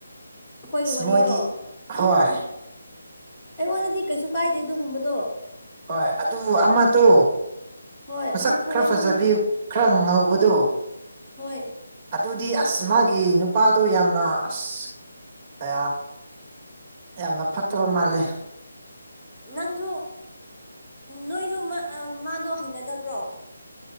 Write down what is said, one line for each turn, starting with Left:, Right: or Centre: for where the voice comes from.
Left: ꯑꯩꯈꯣꯏꯒꯤ
Right: ꯑꯁ
Left: ꯋꯥꯔꯤꯔꯣ
Right: ꯃꯣꯏꯗꯤ ꯍꯣꯏ
Left: ꯑꯩꯉꯣꯟꯗꯗꯤ ꯀꯩꯁꯨ ꯀꯥꯏꯗꯦ ꯑꯗꯨꯒꯨꯝꯕꯗꯣ
Right: ꯍꯣꯏ ꯑꯗꯨꯕꯨ ꯑꯃꯗꯣ
Left: ꯍꯣꯏ
Right: ꯃꯁꯛ
Left: ꯑꯃ ꯈꯪꯉꯦ
Right: ꯈꯔ ꯐꯖꯕꯤ
Left: ꯈꯪꯉꯦ
Right: ꯈꯔ ꯉꯧꯕ ꯑꯗꯣ
Left: ꯍꯣꯏ
Right: ꯑꯗꯨꯗꯤ ꯑꯁ ꯃꯥꯒꯤ ꯅꯨꯄꯥꯗꯣ ꯌꯥꯝꯅ ꯑꯁ ꯑ ꯌꯥꯝꯅ ꯐꯠꯇꯕ ꯃꯥꯜꯂꯤ
Left: ꯅꯪꯁꯨ ꯅꯣꯏꯁꯨ ꯃꯥꯗꯣ ꯍꯩꯅꯗꯕ꯭ꯔꯣ